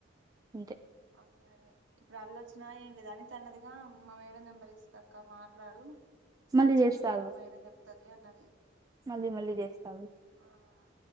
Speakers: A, on the right; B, on the right.
A: అంతే
B: అదే అదే ఇప్పుడు అల్లొచ్చినా ఏం లేదు అనితన్నదిగా మా మేడ నెంబర్ ఇస్తాక్క మా ట్లాడు సీట్స్
A: మళ్ళీ చేస్తా
B: ఉంటే
A: ఆగు
B: మా మేడం చెప్తది అన్నది.
A: మళ్ళీ మళ్ళీ చేస్తా ఆగు
B: ఆ